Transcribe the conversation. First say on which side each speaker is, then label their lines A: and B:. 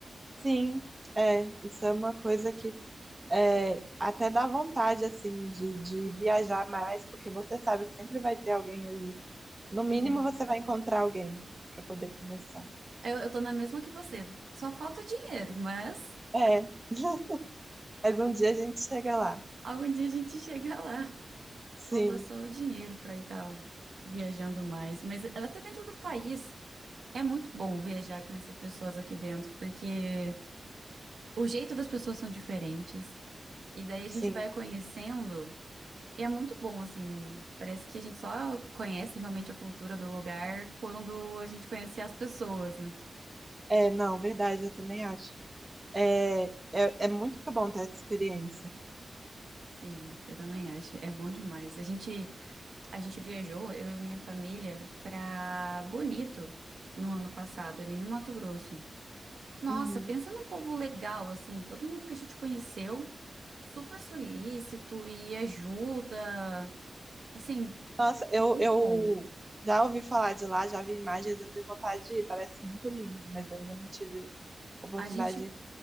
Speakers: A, on the right (about 20°); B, on the right (about 70°).
A: Sim, é, isso é uma coisa que é, até dá vontade, assim, de, de viajar mais, porque você sabe que sempre vai ter alguém ali. No mínimo,
B: Sim,
A: você vai encontrar alguém para poder conversar.
B: eu, eu tô na mesma que você. Só falta dinheiro, mas
A: É, <laughs> mas um dia a gente chega lá.
B: algum dia a gente chega lá.
A: Sim,
B: Falta só o dinheiro pra ir tá viajando mais. Mas até dentro do país. É muito bom viajar e conhecer pessoas aqui dentro, porque O jeito das pessoas são diferentes. E daí a gente
A: sim.
B: vai conhecendo. E é muito bom, assim. Parece que a gente só conhece realmente a cultura do lugar quando a gente conhece as pessoas, né?
A: É, não, verdade, eu também acho. É, é, é muito bom ter essa experiência.
B: Sim, eu também acho. É bom demais. A gente, a gente viajou, eu e minha família, pra Bonito no ano passado, ali no Mato Grosso. Nossa,
A: Uhum.
B: pensa num povo legal, assim. Todo mundo que a gente conheceu, super solícito e ajuda. Assim,
A: Nossa, eu,
B: muito
A: eu
B: bom.
A: já ouvi falar de lá, já vi imagens, eu tenho vontade de ir, parece muito lindo, mas eu ainda não tive oportunidade
B: A gente,
A: de... ir.